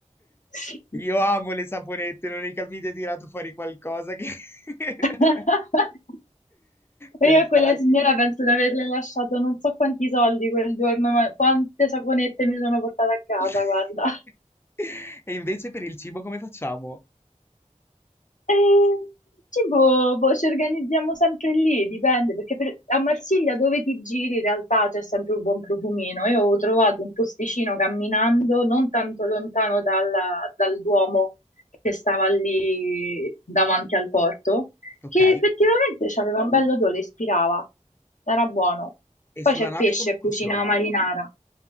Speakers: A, on the left; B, on the left.
A: Sì.
B: Io amo le saponette, non ne capite? Ho tirato fuori qualcosa che... <laughs>
A: <laughs>
B: Perfetto.
A: E Io a quella signora penso di averle lasciato non so quanti soldi quel giorno, ma quante saponette mi sono portata a casa,
B: <laughs>
A: guarda.
B: E invece per il cibo come facciamo?
A: Eh, tipo, boh, ci organizziamo sempre lì, dipende, perché per- a Marsiglia dove ti giri in realtà c'è sempre un buon profumino. Io ho trovato un posticino camminando non tanto lontano dal, dal Duomo che stava lì davanti al porto,
B: Ok?
A: che effettivamente aveva un bello odore, ispirava, era buono.
B: E
A: Poi
B: sulla
A: c'è
B: nave
A: pesce,
B: come funziona?
A: cucina marinara.